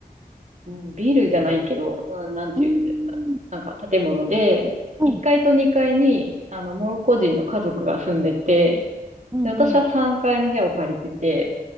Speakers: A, on the right; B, on the right.
A: うんビルじゃないけど、うん、なんていうんだろう。
B: うーん
A: なんか建物で、
B: はい。
A: 1階と2階に、あの、モロッコ人の家族が住んでて、
B: うんうん。
A: で、私は3階の部屋を借りてて、